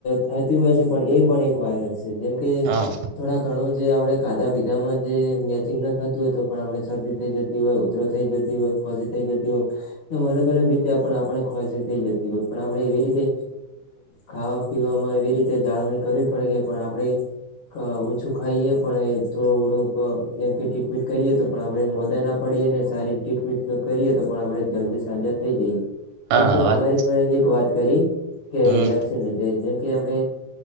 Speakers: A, on the left; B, on the right.
A: થતી હોય છે પણ એ પણ એક વાયરસ છે જેમ કે
B: હા
A: થોડા ઘણું જે આપડે ખાધા પીધામાં જે મેચિંગ ન થતું હોય તો પણ આપણે શરદી થઈ જતી હોય ઉધરો થઈ જતી હોય ખોશ થઈ જતી હોય એમ અલગ અલગ રીતે આપણે ખોશી થઈ જતી હોય પણ આપે એવી રીતે ખાવા પીવાવામાં એવી રીતે જાળવણી કરવી પડે કે પણ આપણે. ક ઓછું ખાઈએ પણ થોડું થોડુંક એમ કે ટ્રીટમેન્ટ કરીએ તો પણ આપ ણે મોદા ના પડીએ ને સારી ટ્રીટમીટ કરીએ તો પણ આપણે જલ્દી સાજા થઈ જઈએ.
B: હા
A: જેમ કે
B: વાત
A: તમારી પણ એક વાત કરી કે
B: હમ
A: વેક્સિન લીધે જેમ કે આપણે